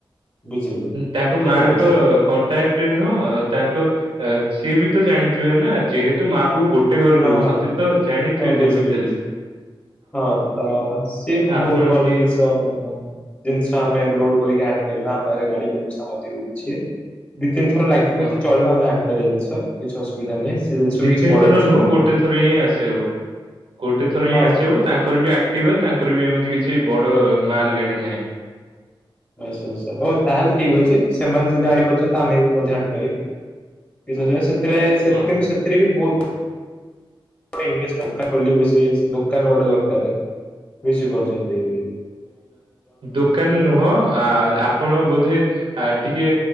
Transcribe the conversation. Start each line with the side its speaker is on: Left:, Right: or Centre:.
Left: ବୁଝିଲୁ।
Right: ତାଙ୍କ
Left: ଠିକ
Right: ମାଙ୍କ
Left: ଅଛି।
Right: <unintelligible> ନୁହଁ ତାଙ୍କ ସିଏ ବି ତ ଜାଣିଥିବେ ନା ଯେହେତୁ ମା ପୁ ଗୋଟେ ଘରେ
Left: ହଁ
Right: ରହୁଛନ୍ତି
Left: ହଁ
Right: ତ ଜାଣିଥିବେ
Left: ହଁ
Right: ଯେମିତି
Left: ବୁଝିଲି ବୁଝିଲି
Right: ହେଲେ।
Left: ହଁ ତ ସିଏ ବି ବହୁତ
Right: ଆପଣ
Left: ଭଲ
Right: ଟିକେ
Left: ଜିନିଷ ମାନେ। ଜିନିଷ ଆମେ ଲୋଡ କରିକି ଆଣିପାରିବା ଆମ ପାଖରେ ଗାଡି ବ୍ୟବସ୍ଥା ମଧ୍ୟ ଅଛି। ତିିନିଥର ଲାଗିବ
Right: ହଁ।
Left: କିଛି ଚଳିବା ଆମେ ଆଣିପାରିବା ଜିନିସ କିଛି ଅସୁବିଧା ନାହିଁ ସେ ଜିନିଷ
Right: ଦି
Left: ବି କିଛି
Right: ତିନି
Left: ବଡ
Right: ଥର
Left: ଜିନିଶ
Right: ନୁହଁ ଗୋଟେ ଥର ହିଁ ଆସିହବ। ଗୋଟେ ଥର ହିଁ
Left: ହଁ
Right: ଆସିିବୁ
Left: ସେ
Right: ତାଙ୍କର ବି ଆକ୍ଟିଭ ତାଙ୍କର ବି ଏମିତି କିଛି ବଡ ମାଲ ଗାଡି ନାହିଁ।
Left: ଆଚଛା ଆଚଛା ହ ତାହେଲେ ଠିକ ଅଛି ସେମାନେ ଯଦି ଆଣିପାରୁଛନ୍ତି ତ ଆମେ ବି ମଧ୍ୟ ଆଣିପାରିବା। <unintelligible> ସେଥିରେ <unintelligible>
Right: ହଁ
Left: ସେଥିରେ ବି ବହୁତ ପ <unintelligible> ଦୋକାନ ଗୋଟେ ଦରକାର ବୁଝି ପାରୁଛନ୍ତି।
Right: ଦୋକାନ ନୁହଁ ଆ ଆପଣ ବୋଧେ ଆ ଟିକେ